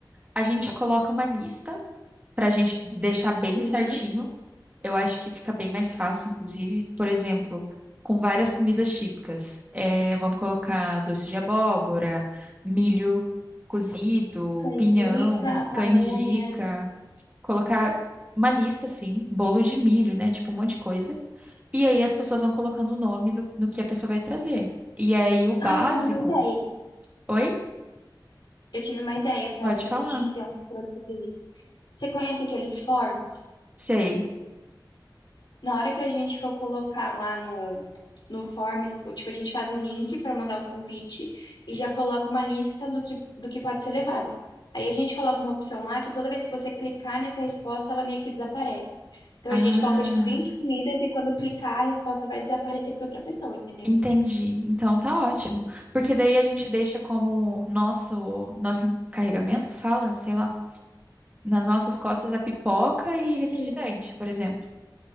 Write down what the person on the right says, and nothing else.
a gente coloca uma lista para a gente deixar bem
certinho. Eu acho que fica bem mais fácil, inclusive, por exemplo, com várias comidas típicas. É, vamos colocar doce de abóbora, milho cozido,
pinhão,
canjica, colocar uma lista assim, bolo de milho, né? Tipo um monte de coisa. E aí as pessoas vão colocando o nome do, do que a pessoa vai trazer. E aí o básico.
Oi?
Pode
falar.
Sei.
Ah,
entendi. Então tá ótimo. Porque daí a gente deixa como nosso, nosso encarregamento que fala, sei lá, nas nossas costas a pipoca e refrigerante,
por exemplo.